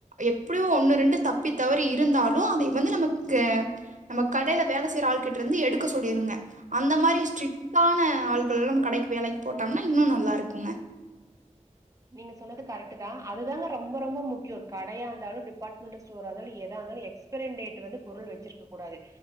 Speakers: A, on the right; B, on the right.
A: எப்டியோ ஒண்ணு ரெண்டு தப்பி தவறி இருந்தாலு அதைய வந்து நமக்கு நம்ம கடையில வேல செய்ற ஆள் கிட்டர்ந்து எடுக்க சொல்லிருங்க அந்த மாரி ஸ்ட்ரிட்டான ஆள்கள்லா நம்ம கடைக்கு வேலைக் போட்டோம்னா இன்னு நல்லா இருக்குங்க
B: நீங்க சொன்னது கரெக்ட்டுதா அதுதாங்க ரொம்ப ரொம்ப முக்கியொ கடையா இருந்தாலு டிபார்ட்மெண்டல் ஸ்டோரா இருந்தாலு எதா இருந்தாலு எக்ஸ் பெரிண் டேட்ட வந்து பொருள் வெச்சிருக்க கூடாது